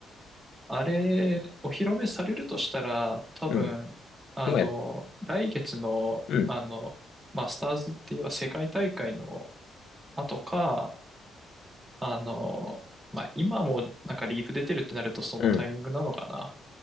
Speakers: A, on the right; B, on the left.
A: あれ、お披露目されるとしたら、多分、
B: うん。
A: あの、
B: 今や、
A: 来月の、
B: うん、
A: あの、マスターズっていう世界大会の後か、あの、まあ、今もなんかリーク出てるってなるとそのタイミングなのかな。
B: うん。